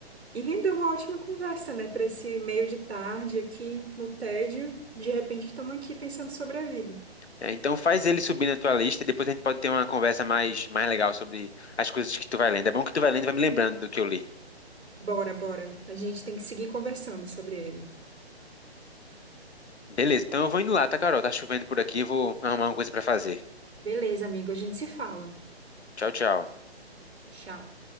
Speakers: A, on the right; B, on the left.
A: E rendeu uma ótima conversa, né? Para esse meio de tarde aqui no tédio. De repente estamos aqui pensando sobre a vida.
B: É, então faz ele subir na tua lista, depois a gente pode ter uma conversa mais, mais legal sobre as coisas que tu vai lendo. É bom que tu vai lendo e vai me lembrando do que eu li.
A: Bora, bora. A gente tem que seguir conversando sobre ele.
B: Beleza, então eu vou indo lá, tá, Carol? Tá chovendo por aqui, vou arrumar uma coisa pra fazer.
A: Beleza, amigo, a gente se fala.
B: Tchau, tchau.
A: Tchau.